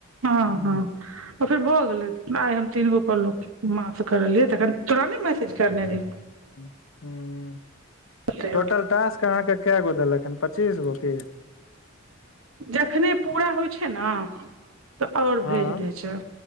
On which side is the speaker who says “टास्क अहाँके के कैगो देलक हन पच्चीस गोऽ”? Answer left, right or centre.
Left